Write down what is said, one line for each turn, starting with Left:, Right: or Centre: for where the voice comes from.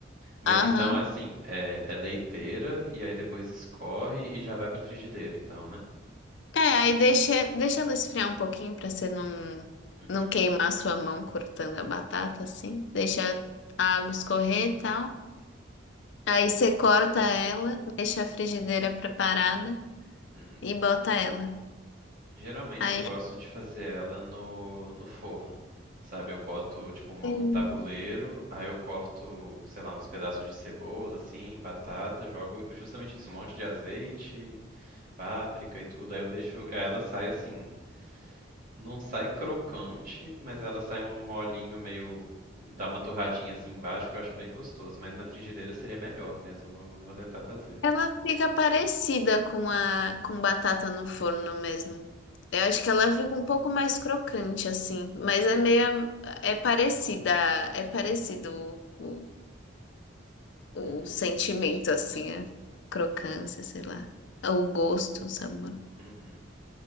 Right: Mas
Left: Aham.
Right: então é assim, é, é leiteira e aí depois escorre e já vai pra frigideira, então, né?
Left: É, aí deixa, deixa ela esfriar um pouquinho pra você não,
Right: Uhum,
Left: não queimar a sua mão cortando a batata, assim. Deixa a água escorrer e tal. Aí você corta ela, deixa a frigideira preparada
Right: uhum.
Left: e bota ela.
Right: Geralmente
Left: Aí
Right: eu gosto de fazer ela no, no forno, sabe? Eu boto tipo uma-
Left: Sim.
Right: um tabuleiro, aí eu corto, sei lá, uns pedaços de cebola, assim, batata, jogo justamente isso, um monte de azeite, páprica e tudo, aí eu deixo, aí ela sai assim, Não sai crocante, mas ela sai um molinho meio. Dá uma torradinha assim embaixo que eu acho bem gostoso. Mas na frigideira seria melhor mesmo. Vou, vou tentar fazer.
Left: ela fica parecida com a com batata no forno mesmo. Eu acho
Right: Hum.
Left: que ela fica um pouco mais crocante assim, mas é meio é parecida, é parecido o, o,
Right: Uhum.
Left: o sentimento assim, a crocância, sei lá, o gosto, o sabor.
Right: Uhum.